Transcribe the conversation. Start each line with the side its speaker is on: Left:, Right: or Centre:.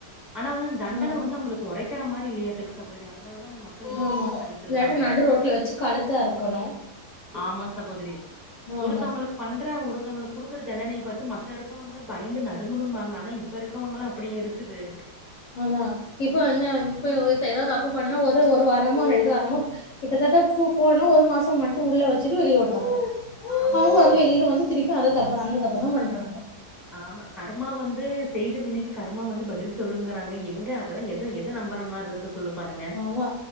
Centre: ஆனா வந்து தண்டன
Left: ஆ
Centre: வந்து அவங்களுக்கு ஒறைக்கற மாரி இல்லையாட்டுக் சகோதரி அதனாலதா அந்த மக்கள் இந்த
Left: ஆமா
Centre: மாற்லா பண்ணிட்ருக்காங்க
Left: இல்லாட்டி நடு ரோட்ல வச்சு கழுத்த அறுக்கணு
Centre: ஆமா சகோதரி
Left: ஆம்
Centre: ஒருத்தவங்களுக்கு பண்ற ஒருத்தவங்களுக் குடுக்குற தண்டனைய பாத்து மத்த இருகவங்களா பயந்து நடுங்கனு பாங்க ஆனா இப் ப்ப இருக்கவங்களா அப்படி இருக்குது
Left: அதா இப்ப என்ன இப்ப ஏதாது தப்பு பண்ணா ஒரு ஒரு வாரமோ ரெண்டு வாரமோ கிட்டத்தட்ட பூபோனா ஒரு மாசம் மட்டும் உள்ள வச்சுட்டு வெளியே வுடுறாங்க
Centre: ஆமா
Left: அவங்க
Centre: ஆமா
Left: வந்து
Centre: சகோதரி
Left: வெளியில வந்து திருப்பி அத தப்ப அந்த தப்ப தா பண்றாங்க
Centre: ஆமா கர்மா வந்து செய்த வினைக்கு கர்மா வந்து பதில் சொல்லுங்கிறாங்க எங்க இப்பலா எது எது நம்பற மாரி இருக்கு சொல்லு பாருங்க
Left: ஆமா